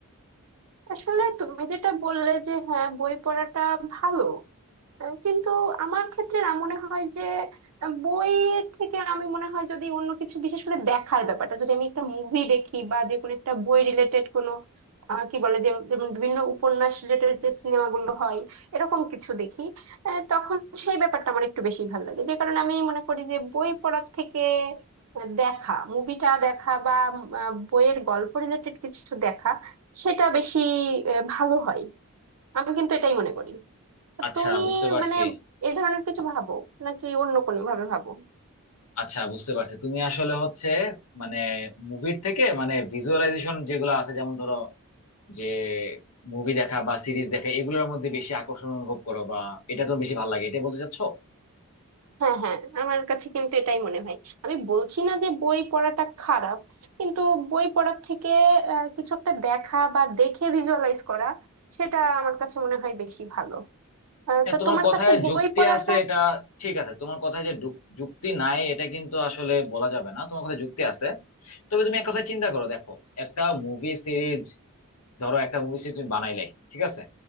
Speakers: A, on the right (about 75°); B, on the left (about 85°).
A: আসলে তুমি যেটা বললে যে হ্যাঁ বই পড়াটা ভালো আহ, কিন্তু আমার ক্ষেত্রে না মনে হয় যে আহ, বইয়ের থেকে আমি মনে হয় যদি অন্য কিছু বিশেষ করে দেখার ব্যাপারটা যদি আমি একটা মুভি দেখি বা যে কোনো একটা বই রিলেটেড কোনো আহ, কি বলে যে যেমন বিভিন্ন উপন্যাস রিলেটেড যে সিনেমাগুলো হয় এরকম কিছু দেখি আহ, তখন সেই ব্যাপারটা আমার একটু বেশি ভালো লাগে যে কারণে আমি মনে করি যে বই পড়ার থেকে আহ, দেখা মুভিটা দেখা বা আহ, বইয়ের গল্প রিলেটেড কিছু দেখা সেটা বেশি আহ, ভালো হয় আমি কিন্তু এটাই মনে করি
B: আচ্ছা
A: তুমি
B: বুঝতে পারছি
A: মানে এ ধরনের কিছু ভাবো নাকি অন্য কোনো ভাবে ভাবো
B: আচ্ছা বুঝতে পারছি তুমি আসলে হচ্ছে মানে মুভির থেকে মানে ভিজুয়ালাইজেশন যেগুলো আছে যেমন ধরো যে মুভি দেখা বা সিরিজ দেখা এগুলোর মধ্যে বেশি আকর্ষণ অনুভব করো বা এটা তোমার বেশি ভালো লাগে এটা বলতে চাচ্ছো
A: হ্যাঁ হ্যাঁ আমার কাছে কিন্তু এটাই মনে হয় আমি বলছি না যে বই পড়াটা খারাপ কিন্তু বই পড়ার থেকে আহ, কিছু একটা দেখা বা দেখে ভিজুয়ালাইজ করা সেটা আমার কাছে মনে হয় বেশি ভালো আহ,
B: হ্যাঁ
A: তা
B: তোমার
A: তোমার
B: কথায়
A: কাছে বই
B: যুক্তি
A: পড়াটা
B: আছে এটা ঠিক আছে তোমার কথায় যে যুক- যুক্তি নাই এটা কিন্তু আসলে বলা যাবে না তোমার কথায় যুক্তি আছে তবে তুমি এক কথা চিন্তা করো দেখো একটা মুভি সিরিজ ধরো একটা মুভি সিরিজ তুমি বানাইলাই ঠিক আছে